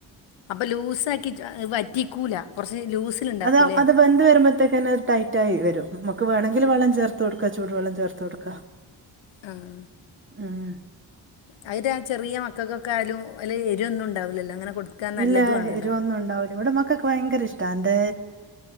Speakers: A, on the left; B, on the right.
A: അപ്പൊ ലൂസാക്കി വറ്റിക്കൂല കെറ്ച്ച് ലൂസ്ൽണ്ടാക്കൂല്ലേ.
B: അത് അത് വെന്ത് വരുമ്പോഴത്തേക്കന്നെ ടൈറ്റായി വരും മ്മക്ക് വേണങ്കിൽ വളളം ചേർത്തോട്ക്കാം ചൂട് വള്ളം ചേർത്തോട്ക്കാ.
A: ആഹ്.
B: മ്.
A: അവര് ആ ചെറിയ മക്കൾക്കൊക്കെ ആയാലും അല്ല എരു ഒന്നും ണ്ടാവൂല്ലല്ലോ അങ്ങനെ. കൊടുക്കാൻ നല്ലതു
B: ഇല്ല
A: ആണല്ലോ
B: എരുവൊന്നും ഉണ്ടാവുല ഇവിടെ മക്കൊക്ക് ഭയങ്കര ഇഷ്ട എന്റെ.